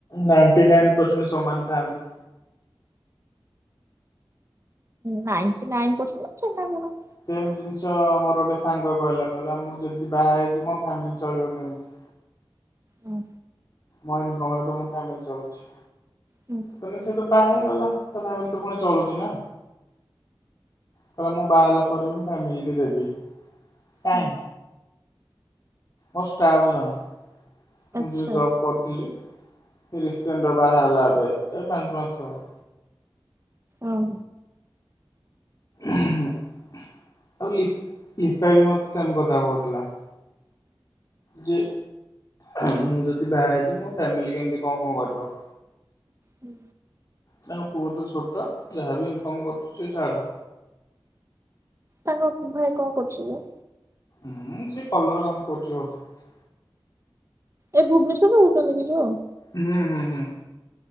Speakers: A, on the left (about 40°); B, on the right (about 35°).
A: ନାଇଣ୍ଟି ନାଇନ ପରସେଣ୍ଟ ସମାନ ଥାଆନ୍ତି।
B: ନାଇଣ୍ଟି ନାଇନ ପରସେଣ୍ଟ ନା ଛେନା ଗୁଡ଼।
A: ସେମ ଜିନିଷ ମୋର ଗୋଟେ ସାଙ୍ଗ କହିଲା କହିଲା ମୁଁ ଯଦି ବାହା ହେଇଛିି ମୋ ଫ୍ୟାମିଲି ଚଳିବ କେମିତି?
B: ହୁଁ।
A: ମୋ ଇନ୍ କମରେ ତ ମୋ ଫ୍ୟାମିଲି ଚଳୁଛି।
B: ହୁଁ।
A: ମାନେ ସେତ ବାହା ହେଇଗଲା ତା ଫ୍ୟାମିଲି ତ ପୁଣି ଚଳୁଛି ନା? କହିଲା ମୁଁ ବାହା ହେଲା ପରେ ବି ମୁଁ ଫ୍ୟାମିଲ କୁ ଦେବି। କାଇଁ?
B: ହୁଁ
A: ମୋ ଷ୍ଟାଫ ଜଣେ।
B: ଆଚ୍ଛା
A: ମୁଁ ଯୋଉ ଜବ
B: ଆଚ୍ଛା।
A: କରିଥିଲି ରିସେଣ୍ଟ ବାହାହେଲା ଏବେ ଏଇ ପାଞ୍ଚ ମାସ ହବ।
B: ଓହୋ।
A: ଆଉ ଲିପ୍ ଲିପା ବି ମତେ ସେମ୍ କଥା କୋହୁଥିଲା। ଯେ ମୁଁ ଯଦି ବାହା ହେଇଯିବି ମୋ ଫ୍ୟାମିଲି କେମିତି କଁ କଁ କରିବ।
B: ହୁଁ।
A: ତାଙ୍କ ପୁଅ ତ ଛୋଟ ଯାହାବି ଇନକମ କରୁଚି ସେ ଛାଡ।
B: ତାଙ୍କ ଭାଇ କଁ କରୁଚି କି?
A: ଉଁ ସେ କଲର କାମ କରୁଚି ବୋଧେ।
B: ଏ ଭୁବନେଶ୍ଵରରେ ରୋହୁଚନ୍ତି କି ଯୋଉ?
A: ହୁଁ ହୁଁ ହୁଁ।